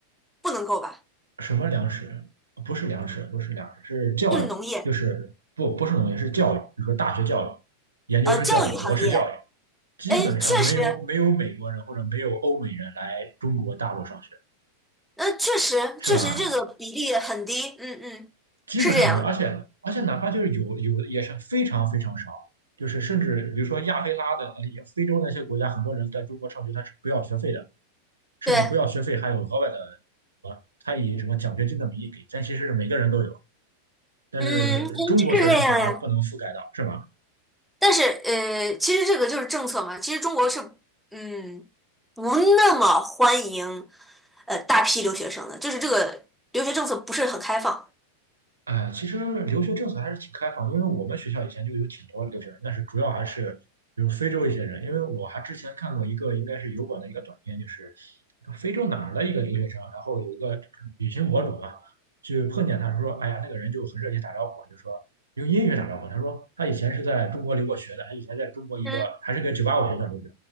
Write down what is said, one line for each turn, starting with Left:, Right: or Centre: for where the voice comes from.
Centre: 不能够吧？
Right: 什么粮食？不是粮食，不是粮食，是教育，
Centre: 就是农业，
Right: 就是不不是农业，是教育，比如说大学教育、研究生教育、
Centre: 呃，教育行业，
Right: 博士教育，基本上没有没有美国人或者没有欧美人来中国大陆上学，
Centre: 哎，确实，呃，确实，
Right: 是吧？
Centre: 确实这个比例很低。嗯嗯，
Right: 基本上没有，
Centre: 是这样的，
Right: 而且而且哪怕就是有有的也是非常非常少，就是甚至比如说亚非拉的、呃非洲那些国家，很多人在中国上学他是不要学费的，甚至不要学费还有额外的，
Centre: 对，
Right: 呃，他以什么奖学金的名义给，但其实是每个人都有，但是中国学生反而不能覆盖到，
Centre: 嗯嗯，是这样呀。
Right: 是吗？
Centre: 但是，呃，其实这个就是政策嘛。其实中国是，嗯，不那么欢迎，呃，大批留学生的，就是这个留学政策不是很开放。
Right: 哎，其实留学政策还是挺开放，因为我们学校以前就有挺多留学生，但是主要还是比如非洲一些人，因为我还之前看过一个应该是油管的一个短片，就是非洲哪儿的一个留学生，然后有一个旅行博主啊，就碰见他说，哎呀，那个人就很热情打招呼，就说用英语打招呼，他说他以前是在中国留过学的，他以前在中国一个还是个985学校留学，
Centre: 嗯。